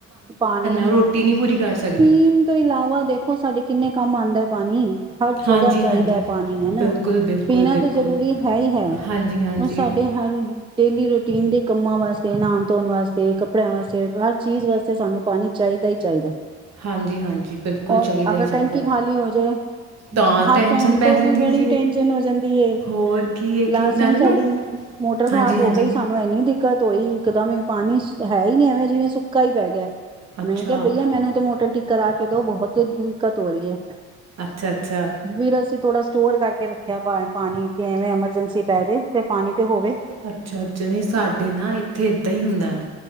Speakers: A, on the right; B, on the right.
A: ਪਾਣੀ ਹੀ,
B: ਉਹ ਰੋਟੀ ਨਹੀਂ ਪੂਰੀ ਕਰ ਸਕਦੀ
A: ਪੀਣ ਤੋਂ ਇਲਾਵਾ ਦੇਖੋ ਸਾਡੇ ਕਿੰਨੇ ਕੰਮ ਆਂਦਾ ਹੈ ਪਾਣੀ। ਹਰ
B: ਹਾਂਜੀ
A: ਜਗ੍ਹਾ ਚਾਹੀਦਾ
B: ਹਾਂਜੀ
A: ਹੈ ਪਾਣੀ ਹਨਾ,
B: ਬਿਲਕੁਲ ਬਿਲਕੁਲ
A: ਪੀਣਾ
B: ਬਿਲਕੁਲ
A: ਤੇ ਜ਼ਰੂਰੀ ਹੈ ਹੀ ਹੈ
B: ਹਾਂਜੀ ਹਾਂਜੀ
A: ਹੁਣ ਸਾਡੇ ਹਰ ਡੇਲੀ ਰੂਟੀਨ ਦੇ ਕੰਮਾਂ ਵਾਸਤੇ, ਨਹਾਉਣ ਧੋਣ ਵਾਸਤੇ ਕੱਪੜਿਆਂ ਵਾਸਤੇ ਹਰ ਚੀਜ਼ ਵਾਸਤੇ ਸਾਨੂੰ ਪਾਣੀ ਚਾਹੀਦੈ ਹੀ ਚਾਹੀਦੈ।
B: ਹਾਂਜੀ ਹਾਂਜੀ ਬਿਲਕੁਲ
A: ਔਰ
B: ਚਾਹੀਦਾ
A: ਅਗਰ
B: ਹੀ ਚਾਹੀਦਾ
A: ਟੈਂਕੀ
B: ਹੈ।
A: ਖਾਲੀ ਹੋ ਜਾਏ,
B: ਤਾਂ
A: ਹੱਥ
B: ਟੈਨਸ਼ਨ
A: ਧੋਣ
B: ਪੈ
A: ਤੋਂ
B: ਜਾਂਦੀ
A: ਵੀ ਬੜੀ
B: ਸੀ
A: ਟੈਂਨਸ਼ਨ ਹੋ ਜਾਂਦੀ ਏ,
B: ਹੋਰ ਕੀ ਇੱਕ
A: ਲਾਸਟ
B: ਇੱਕ
A: ਟਾਈਮ
B: ਨਾਲੇ ਨਾ
A: ਸਾਡੀ ਮੋ-ਮੋਟਰ ਖ਼ਰਾਬ
B: ਹਾਂਜੀ
A: ਹੋ
B: ਹਾਂਜੀ
A: ਗਈ ਸਾਨੂੰ ਇਨੀ ਦਿੱਖ ਦਿੱਕਤ ਹੋਈ ਇਕਦਮ ਇਹ ਪਾਣੀ ਹੈ ਹੀ ਨਹੀਂ ਐਵੇਂ ਜਿਵੇਂ ਸੁੱਕਾ ਹੀ ਪੈ ਗਿਆ।
B: ਅੱਛਾ
A: ਮੈਂ ਕਿਹਾ ਬਈਆ ਮੈਨੂੰ ਤੇ ਮੋਟਰ ਟਿੱ ਕਰਾ ਕੇ ਦੋ ਬਹੁਤ ਦਿ-ਦਿੱਕਤ ਹੋ ਰਹੀ ਹੈ।
B: ਅੱਛਾ ਅੱਛਾ
A: ਵੀਰ ਅਸੀ ਥੋੜਾ ਸਟੋਰ ਕਰਕੇ ਰੱਖਿਆ ਪਾ-ਪਾਣੀ ਕਿ ਐਵੇਂ ਐਮਰਜੈਂਸੀ ਪੈ ਜੇ ਤੇ ਪਾਣੀ ਤੇ ਹੋਵੇ।
B: ਅੱਛਾ-ਅੱਛਾ ਨਹੀਂ ਸਾਡੇ ਨਾ ਇੱਥੇ ਏਦਾਂ ਹੀ ਹੁੰਦਾ ਹੈ।